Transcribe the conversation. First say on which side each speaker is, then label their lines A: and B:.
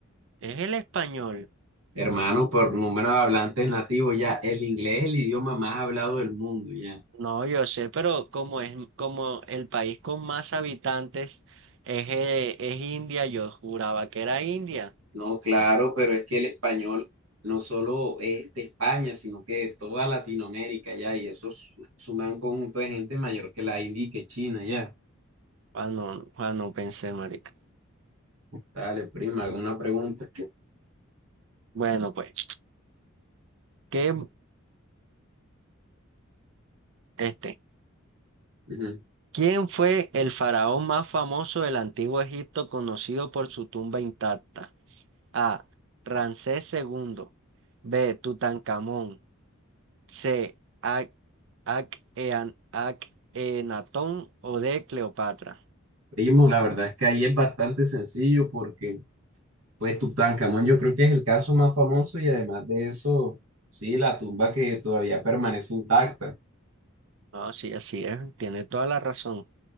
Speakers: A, on the right; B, on the right.
A: es el español.
B: Hermano, por número de hablantes nativos, ya. El inglés es el idioma más hablado del mundo, ya.
A: No, yo sé, pero como es como el país con más habitantes es, eh, es India, yo juraba que era India.
B: No, claro, pero es que el español no solo es de España, sino que de toda Latinoamérica ya, y eso s- suma un conjunto de gente mayor que la India y que China ya.
A: Ah no, ah no pensé, marica.
B: Dale, prima, alguna pregunta.
A: Bueno, pues, ¿qué, este,
B: Ujú.
A: ¿quién fue el faraón más famoso del antiguo Egipto conocido por su tumba intacta? A. Ramsés segundo. B. Tutankamón. C. Ac, Ac- Ean- Ac- Enatón o D. Cleopatra.
B: Primo, la verdad es que ahí es bastante sencillo porque, pues, Tutankamón yo creo que es el caso más famoso y además de eso, sí, la tumba que todavía permanece intacta.
A: No, sí, así es, tiene toda la razón.